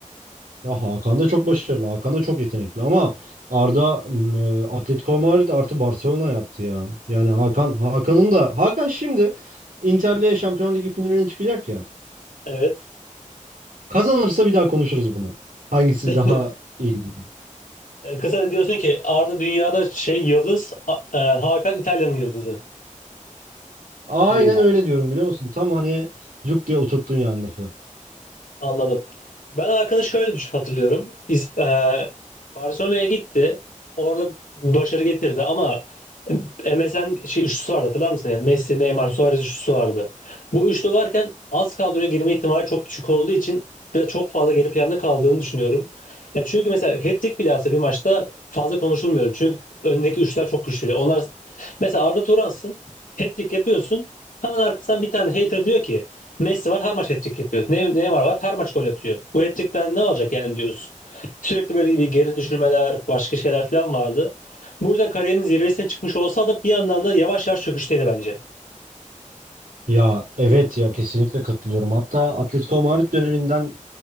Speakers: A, on the right; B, on the left.
A: Ya Hakan da çok başarılı. Hakan da çok yetenekli ama Arda m, e, Atletico Madrid artı Barcelona yaptı ya. Yani Hakan Hakan'ın da Hakan şimdi Inter'le Şampiyonlar Ligi finaline çıkacak ya.
B: Evet.
A: Kazanırsa bir daha konuşuruz bunu. Hangisi
B: <laughs>
A: daha iyi diye.
B: E, Kısa diyorsun ki Arda dünyada şey yıldız, A- e, Hakan İtalya'nın yıldızı
A: Aynen
B: gibi gibi.
A: öyle diyorum biliyor musun? Tam hani cuk diye oturttun yani lafı.
B: Anladım. Ben Arkan'ı şöyle düş hatırlıyorum. İz, e, Barcelona'ya gitti. Orada başarı getirdi ama MSN şey üçlüsü vardı hatırlar mısın? Yani Messi, Neymar, Suarez üçlüsü vardı. Bu üçlü varken az kadroya girme ihtimali çok düşük olduğu için biraz çok fazla geri planda kaldığını düşünüyorum. Ya çünkü mesela hat-trick bile yapsa bir maçta fazla konuşulmuyor. Çünkü öndeki üçler çok güçlü. Onlar mesela Arda Turan'sın. Hat-trick yapıyorsun. Hemen arkasından bir tane hater diyor ki Messi var her maç hat-trick yapıyor. Ne- Neymar var her maç gol atıyor. Bu hat-trick'ten ne olacak yani diyorsun. Sürekli böyle bir geri düşürmeler, başka şeyler falan vardı. Bu yüzden kariyerinin zirvesine çıkmış olsa da bir yandan da yavaş yavaş çöküşteydi bence.
A: Ya evet ya kesinlikle katılıyorum. Hatta Atletico Madrid döneminden